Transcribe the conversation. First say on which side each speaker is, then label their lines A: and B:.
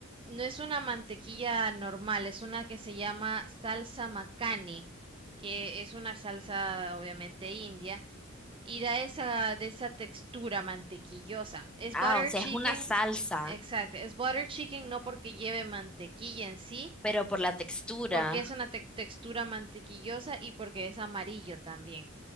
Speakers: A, on the right; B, in the centre.
A: no es una mantequilla normal, es una que se llama salsa macani, que es una salsa obviamente india y da esa de esa textura mantequillosa. Es
B: Ah,
A: butter
B: o sea,
A: chicken,
B: es una salsa,
A: exacto, es butter chicken no porque lleve mantequilla en sí,
B: pero por la textura.
A: porque es una te- textura mantequillosa y porque es amarillo también.